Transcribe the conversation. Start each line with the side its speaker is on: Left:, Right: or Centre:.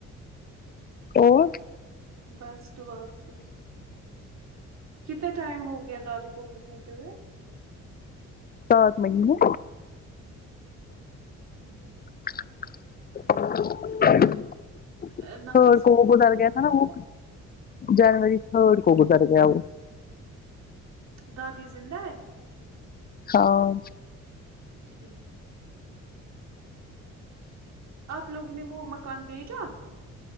Left: اور
Right: بس دعا آپ کی کتتا ٹائم ہوگیا دادو کو گزرتے ہوئے
Left: سات مہینے
Right: ہوں
Left: <inaudible>
Right: نانی
Left: تھرڈ کو
Right: زندہ
Left: وہ گزر
Right: ہے نانی
Left: گیا تھا ناں وہ
Right: زندہ
Left: جنوری تھرڈ کو گزر گیا وہ
Right: دادی زندہ ہے
Left: ہاں
Right: ٹھیک آپ لوگ نے وہ مکان بیچا